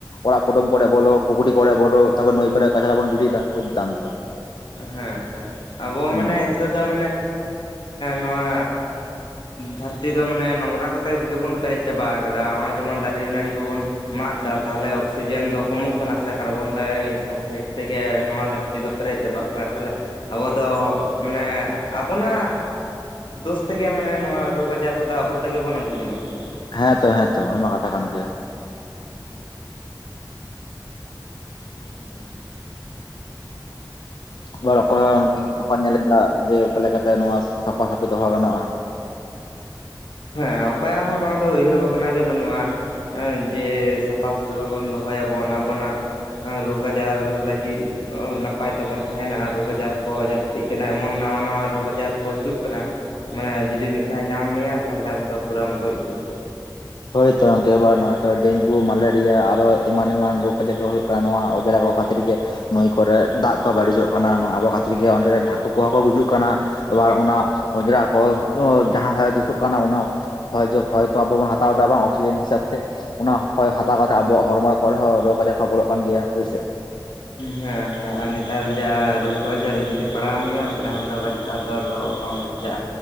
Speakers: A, on the left; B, on the left.
A: ᱚᱲᱟᱜ ᱠᱩᱴᱚᱢ ᱠᱚᱨᱮ ᱵᱚᱞᱚ ᱯᱩᱠᱷᱩᱨᱤ ᱠᱚᱨᱮ ᱵᱚᱞᱚ ᱛᱟᱨᱯᱚᱨ ᱱᱟᱹᱭ ᱠᱚᱨᱮ ᱠᱟᱪᱲᱟ ᱵᱚᱱ ᱜᱤᱰᱤᱭ ᱫᱟ ᱵᱩᱡ ᱫᱟᱢ, ᱛᱚ
B: ᱦᱮᱸ ᱦᱮᱸ ᱟᱵᱚ
A: ᱦᱩᱸ
B: ᱢᱟᱱᱮ ᱦᱤᱛᱚᱜ ᱫᱚ ᱢᱟᱱᱮ ᱱᱚᱣᱟᱼᱼ ᱫᱷᱟᱹᱨᱛᱤ ᱫᱚ ᱢᱟᱱᱮ ᱱᱚᱝᱨᱟ ᱠᱚᱛᱮ ᱜᱮᱵᱚᱱ ᱯᱮᱨᱮᱡ ᱪᱟᱵᱟ ᱠᱟᱫᱟ ᱱᱚᱜᱼᱚᱭ ᱡᱮᱢᱚᱱ ᱫᱟᱨᱮ ᱱᱟᱹᱲᱤ ᱠᱚᱵᱚᱱᱼᱼ ᱢᱟᱜ ᱮᱫᱟ ᱛᱟᱦᱚᱞᱮ ᱚᱠᱥᱤᱡᱮᱱ ᱫᱚ ᱠᱚᱢᱚᱜ ᱠᱟᱱᱟ ᱥᱮ ᱠᱟᱨᱵᱚᱱᱰᱟᱭ ᱚᱠᱥᱟᱭᱤᱰ ᱛᱮᱜᱮ ᱱᱚᱣᱟ ᱫᱷᱟᱹᱨᱛᱤ ᱫᱚ ᱯᱮᱨᱮᱡ ᱪᱟᱵ ᱠᱟᱱᱟᱼᱼ ᱠᱟᱱᱟ ᱛᱟᱦᱚᱞᱮ ᱟᱵᱚ ᱫᱚ ᱢᱟᱱᱮ ᱟᱵᱚᱱᱟᱜᱼᱼ ᱫᱳᱥ ᱛᱮᱜᱮ ᱢᱟᱱᱮ ᱱᱚᱣᱟ ᱨᱳᱜᱽ ᱟᱡᱟᱨ ᱠᱚᱫᱚ ᱟᱵᱚ ᱛᱮᱜᱮ ᱵᱚᱱ ᱟᱹᱜᱩ ᱡᱚᱱᱚᱜ ᱠᱟᱱᱟ᱾
A: ᱦᱮᱸ ᱛᱚ ᱦᱮᱸᱛᱚ ᱚᱱᱟᱢᱟ ᱠᱟᱛᱷᱟ ᱠᱟᱱ ᱜᱮᱭᱟ᱾
B: <unintelligible> ᱟᱪᱪᱷᱟ <inaudible>
A: ᱟᱵᱟᱨ ᱚᱠᱚᱭ ᱦᱚᱸ ᱵᱟᱠᱚ ᱧᱮᱞᱟ ᱡᱮ ᱚᱠᱟ ᱞᱮᱠᱟᱛᱮ ᱱᱚᱣᱟ ᱥᱟᱯᱷᱟ ᱥᱟᱹᱯᱷᱤ ᱫᱚᱦᱚ ᱜᱟᱱᱚᱜᱼᱟ᱾
B: ᱦᱮᱸ ᱚᱠᱚᱭᱟᱜ ᱦᱚᱸ ᱱᱚᱣᱟ ᱫᱚ ᱩᱭᱦᱟᱹᱨ ᱵᱷᱟᱵᱽᱱᱟ ᱜᱮ ᱵᱟᱹᱱᱩᱜᱼᱟ᱾ ᱦᱮᱸ ᱡᱮ ᱥᱟᱯᱷᱟ ᱥᱩᱛᱨᱚ ᱵᱚᱱ ᱫᱚᱦᱚᱭᱟᱵᱚᱱ ᱟᱵᱚᱱᱟᱜᱼᱼ ᱨᱳᱜᱽ ᱟᱡᱟᱨ ᱞᱟᱹᱜᱤᱫᱼᱼ ᱱᱟᱯᱟᱭ ᱛᱮᱵᱚᱱ ᱛᱟᱦᱮᱱᱟ ᱨᱳᱜᱽ ᱟᱡᱟᱨ ᱠᱚ ᱡᱟᱹᱥᱛᱤᱜ ᱠᱟᱱᱟ ᱮᱢᱚᱱ ᱱᱟᱣᱟ ᱱᱟᱣᱟ ᱨᱳᱜᱽ ᱟᱡᱟᱨ ᱠᱚ ᱦᱤᱡᱩᱜ ᱠᱟᱱᱟ᱾ ᱢᱟᱱᱮ ᱡᱩᱫᱤ ᱢᱤᱫ ᱫᱷᱟᱣ ᱧᱟᱢ ᱢᱮᱭᱟ ᱛᱟᱦᱞᱮ ᱟᱢᱫᱚ ᱯᱩᱨᱟᱢ ᱜᱚᱡ ᱩᱛᱟᱹᱨᱚᱜᱼᱟ᱾
A: ᱦᱳᱭ ᱛᱚ ᱜᱚᱝᱠᱮ ᱟᱵᱟᱨ ᱱᱚᱜ ᱦᱚᱭ ᱛᱚ ᱰᱮᱝᱜᱩ ᱢᱮᱞᱮᱨᱤᱭᱟ ᱟᱨᱚ ᱮᱢᱟᱱ ᱮᱢᱟᱱ ᱨᱳᱜᱽ ᱟᱡᱟᱨ ᱠᱚ ᱦᱩᱭᱩᱜᱭᱼᱟᱼᱼ ᱱᱚᱣᱟ ᱚᱡᱽᱨᱟ ᱠᱚ ᱠᱷᱛᱤᱨᱜᱮ᱾ ᱱᱩᱭ ᱠᱚᱨᱮ ᱫᱟᱜ ᱠᱚᱦᱚᱸ ᱵᱟᱹᱲᱤᱡᱚᱜ ᱠᱟᱱᱟ ᱟᱵᱚ ᱠᱷᱟᱹᱛᱤᱨ ᱜᱮ ᱚᱸᱰᱮ ᱨᱮᱱ ᱦᱟᱹᱠᱩ ᱠᱚᱦᱚᱸ ᱠᱚ ᱜᱩᱡᱩᱜ ᱠᱟᱱᱟ᱾ ᱮᱵᱟᱨ ᱚᱱᱟ ᱚᱸᱡᱽᱨᱟ ᱠᱚ ᱡᱟᱦᱟᱸ ᱦᱚᱭ ᱫᱩᱥᱩᱜ ᱠᱟᱱᱟ ᱚᱱᱟ ᱦᱚ ᱦᱚᱭᱛᱚ ᱟᱵᱚ ᱵᱚᱱ ᱦᱟᱛᱼᱼ ᱛᱟᱣᱫᱟ ᱵᱟᱝ ᱚᱠᱥᱤᱡᱮᱱ ᱦᱤᱥᱟᱹᱵ ᱛᱮ᱾ ᱚᱱᱟ ᱦᱚᱭ ᱦᱟᱛᱟᱣ ᱠᱟᱛᱮ ᱟᱵᱚᱣᱟᱜ ᱦᱚᱲᱢᱚ ᱠᱚᱨᱮ ᱦᱚᱸ ᱨᱳᱜᱽ ᱟᱡᱟᱨ ᱠᱚ ᱵᱚᱞᱚᱜ ᱠᱟᱱ ᱜᱮᱭᱟ ᱦᱳᱭᱥᱮ᱾
B: ᱦᱮᱸ ᱦᱮᱸ ᱟᱨ ᱱᱮᱛᱟᱨ ᱡᱟ ᱨᱳᱜ ᱟᱡᱟᱨ ᱡᱩᱫᱤ ᱯᱟᱲᱟᱣ ᱢᱮᱭᱟᱱᱮᱫᱚ ᱵᱟᱧᱪᱟᱣ ᱫᱚ ᱟᱫᱚᱼᱼ ᱵᱟᱢ ᱵᱟᱪᱟᱜᱼᱟ᱾